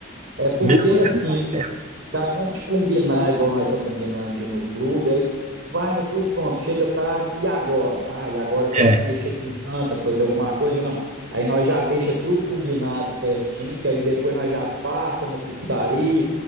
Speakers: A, on the right; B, on the right.
A: É porque
B: Mesmo sendo
A: assim,
B: pouco tempo.
A: Se a gente combinar igual nós tá combinando de ir no clube, aí vai no clube, pronto, chega tarde, e agora? Ah, e agora tem
B: É,
A: que mexer com janta, fazer alguma coisa, não. Aí nós já deixa tudo combinado certinho, que aí depois nós já passa na pizzaria,